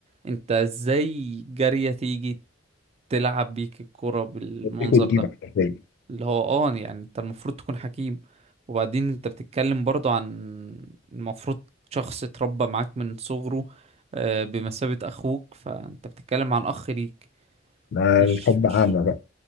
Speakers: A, on the right; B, on the left.
A: انت ازاي جارية تيجي تلعب بيك الكرة بالمنظر
B: من الافريق والديمة
A: ده
B: حرفيا
A: اللي هو اه يعني انت المفروض تكون حكيم وبعدين انت بتتكلم برضو عن المفروض شخص اتربى معاك من صغره آه، بمثابة اخوك فانت بتتكلم عن اخ ليك
B: ما
A: مش
B: الحب
A: مش
B: أعمى بقى